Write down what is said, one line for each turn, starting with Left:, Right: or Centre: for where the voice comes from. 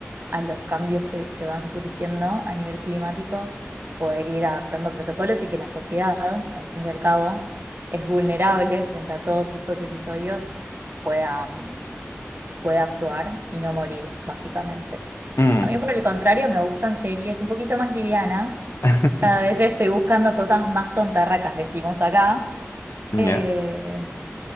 Right: a los cambios que, que van surgiendo a nivel climático, poder ir adaptando protocolos y que la sociedad, que al fin y al cabo es vulnerable frente a todos estos episodios, pueda pueda actuar y no morir, básicamente.
Left: Mm.
Right: A mí, por el contrario, me gustan series un poquito más livianas.
Left: <laughs>
Right: Cada vez estoy buscando cosas más tontarracas, decimos acá,
Left: Ya.
Right: eh,